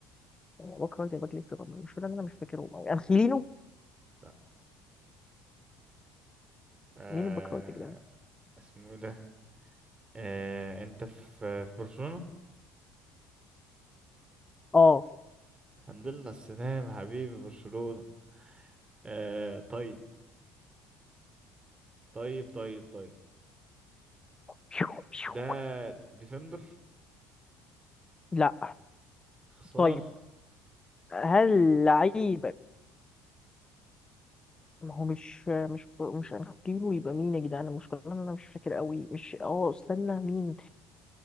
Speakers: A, on the left; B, on the right.
A: باك رايت يا باك ليفت طب مش انا مش فاكرهم قوي انخيلينو
B: لا آه
A: مين الباك رايت يا جدعان
B: اسمه ايه ده آه انت في في برشلونة
A: اه
B: الحمد لله على السلامة حبيبي برشلونة آه طيب طيب طيب طيب
A: بيو بيو.
B: ده ديفندر
A: لا
B: خسارة
A: طيب هل لعيبك ما هو مش مش مش انخيلينو يبقى مين يا جدعان المشكله ان انا مش فاكر قوي مش اه استنى مين